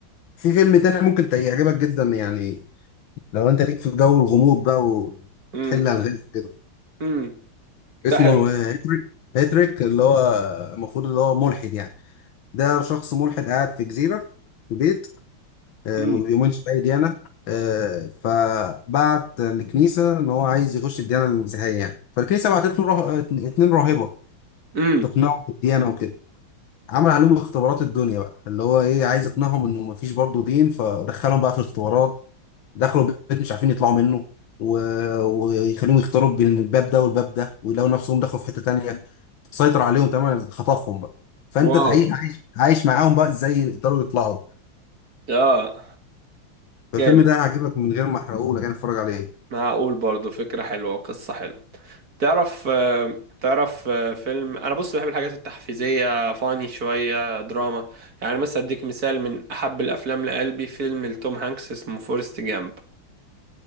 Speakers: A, on the left; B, on the right.
A: في فيلم تاني ممكن ت- يعجبك جدا يعني لو انت ليك في جو الغموض بقى وتحل
B: امم
A: الغاز كده
B: امم
A: اسمه
B: ده حلو
A: هيتريك هيتريك اللي هو المفروض اللي هو ملحد يعني ده شخص ملحد قاعد في جزيرة في بيت آه،
B: امم
A: ما بيؤمنش بأي ديانة آه، فبعت الكنيسة إن هو عايز يخش الديانة المسيحية يعني فالكنيسة بعتت له راه... اتنين راهبة
B: امم
A: تقنعه بالديانة وكده عمل عليهم اختبارات الدنيا بقى اللي هو إيه عايز يقنعهم إنه مفيش برضه دين فدخلهم بقى في الاختبارات دخلوا بيت مش عارفين يطلعوا منه و... ويخليهم يختاروا بين الباب ده والباب ده ويلاقوا نفسهم دخلوا في حتة تانية سيطر عليهم تماما خطفهم بقى فانت
B: واو
A: تعيش عايش عايش معاهم بقى ازاي يقدروا يطلعوا
B: اه
A: فالفيلم
B: جامد
A: ده هيعجبك من غير ما احرقه لك انا اتفرج عليه
B: معقول برضه فكرة حلوة وقصة حلوة تعرف آه، تعرف آه، فيلم انا بص بحب الحاجات التحفيزيه فاني شويه دراما يعني مثلا اديك مثال من احب الافلام لقلبي فيلم لتوم هانكس اسمه فورست جامب